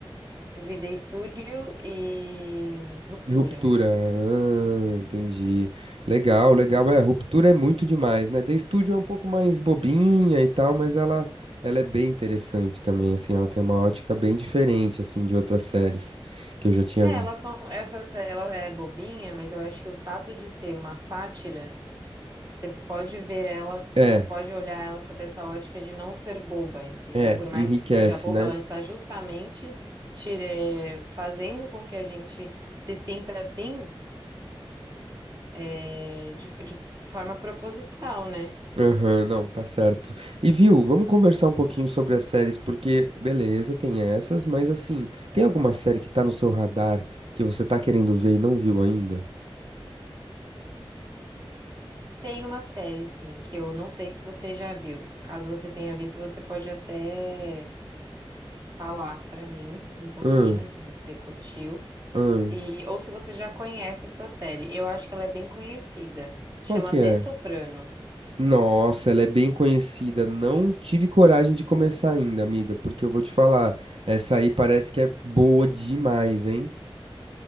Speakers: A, on the right; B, on the right.
A: Eu vi The Studio e Ruptura.
B: e Ruptura. Ah, entendi. Legal,
A: Exato.
B: legal. É, Ruptura é muito demais, né? The Studio é um pouco mais bobinha e tal, mas ela, ela é bem interessante também, assim. Ela tem uma ótica bem diferente, assim, de outras séries que eu já tinha
A: É,
B: visto.
A: elas são, essas, ela é bobinha, mas eu acho que o fato de ser uma sátira Você pode ver ela,
B: É,
A: você pode olhar ela sob essa ótica de não ser boba, entendeu?
B: é,
A: Por mais
B: enriquece,
A: que seja boba,
B: né?
A: ela está justamente tire- eh, fazendo com que a gente se sinta assim, eh, de, de forma proposital, né?
B: Aham, não, tá certo. E viu, vamos conversar um pouquinho sobre as séries, porque beleza, tem essas, mas assim, tem alguma série que tá no seu radar que você tá querendo ver e não viu ainda?
A: Tem uma série, sim, que eu não sei se você já viu. Caso você tenha visto, você pode até falar pra mim um pouquinho,
B: Hum,
A: se você curtiu.
B: hum,
A: E, ou se você já conhece essa série. Eu acho que ela é bem conhecida. Chama
B: qual que é?
A: The Sopranos.
B: Nossa, ela é bem conhecida. Não tive coragem de começar ainda, amiga, porque eu vou te falar, essa aí parece que é boa demais, hein?